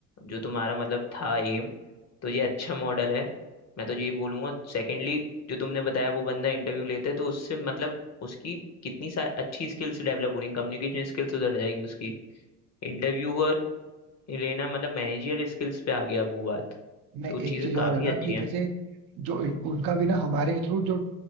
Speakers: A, on the left; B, on the right.
A: जो तुम्हारा मतलब था एम तो ये अच्छा मॉडल है मैं तो यही बोलूंगा सेकेंडली जो तुमने बताया वो बंदा इंटरव्यू लेते तो उससे मतलब उसकी कितनी सा अच्छी स्किल्स डेवलप हो रही कम्युनिकेशन स्किल्स उधर जाएगी उसकी इंटरव्यूअर लेना मतलब मैनेजर स्किल्स पे आ गया वो बात
B: मैं
A: तो चीज़ें
B: एक चीज
A: काफ़ी
B: और है ना
A: अच्छी
B: कि
A: हैं
B: जैसे जो इन- उनका भी ना हमारे के थ्रू जो